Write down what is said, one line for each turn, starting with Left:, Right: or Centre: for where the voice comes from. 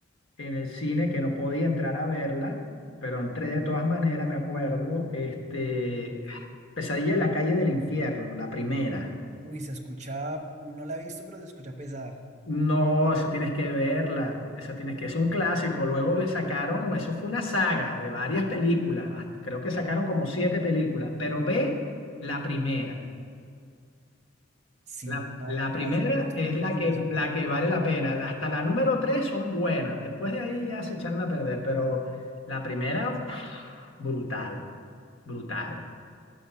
Left: en el cine que no podía entrar a verla, pero entré de todas maneras, me acuerdo, este, Pesadilla en la calle del infierno, la primera.
Right: Uy, se escucha, no la he visto, pero se escucha pesada.
Left: No, esa tienes que verla, esa tienes que, es un clásico. Luego sacaron, eso fue una saga de varias películas, hasta- creo que sacaron como siete películas, pero ve la primera.
Right: Sí,
Left: La,
Right: no,
Left: la
Right: ha-
Left: primera
Right: has dado tus
Left: es
Right: recomendaciones.
Left: la que, la que vale la pena. la- Hasta la número tres son buenas, después de ahí ya se echaron a perder, pero la primera, pff, brutal, brutal.